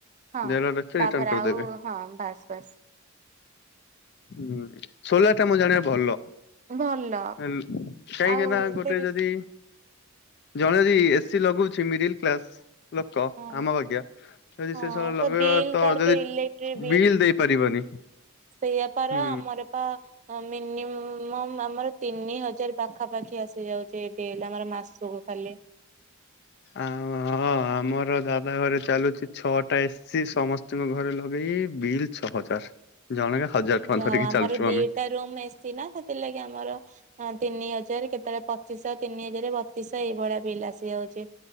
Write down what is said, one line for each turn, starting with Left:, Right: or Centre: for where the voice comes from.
Right: ହଁ
Left: ଦେର ରଖିବେ
Right: ତାପରେ
Left: ରିଟର୍ଣ କରିଦେବେ।
Right: ଆଉ ହଁ ବାସ୍ ବାସ୍
Left: ହୁଁ ସୋଲାର ଟା ମୁଁ ଜାଣିବା ଭଲ
Right: ଭଲ
Left: କାହିଁକି
Right: ଆଉ
Left: ନା ଗୋଟେ
Right: ସେ ବି
Left: ଯଦି ଜଣେ ଯଦି ଏସି ଲଗଉଛି ମିଡିଲ କ୍ଲାସ ଲୋକ
Right: ହଁ
Left: ଆମ ବାଗିଆ ଯଦି
Right: ହଁ
Left: ସେ ସବୁ
Right: ତ
Left: ଲଗେଇବା
Right: ବିଲ୍
Left: ତ
Right: ତାର
Left: ଯଦି
Right: ଯୋଉ ଇଲେକ୍ଟ୍ରିକ
Left: ବିଲ୍ ଦେଇପାରିବନି
Right: ସେଇଆପାର
Left: ହୁଁ।
Right: ଆମର ପା ଆମର ତିନି ହଜାର ପାଖା ପାାଖି ଆସି ଯାଉଛି ବିଲ୍ ଆମ ମାସକୁ ଖାଲି
Left: ଆ ହଁ ଆମର ଦାଦା ଘରେ ଚାଲୁଛି ଛଅଟା ଏସି ସମସ୍ତଙ୍କ ଘରେ ଲଗେଇି ବିଲ୍ ଛଅ ହଜାର ଜଣକା ହଜାର ଟଙ୍କା
Right: ଯ
Left: ଧରିକି
Right: ଆମର
Left: ଚାଲୁଛୁ
Right: ଦିଟା
Left: ଆମେ।
Right: ରୁମ ଏସିଛି ନା ସେଥିଲାଗି ଆମର ହଁ ତିନି ହଜାର କେତେବେଳେ ପଚିଶହ ତିନି ହଜାର ବତିଶଶହ ଏଇଭଳିଆ ବିଲ୍ ଆସିଯାଉଛି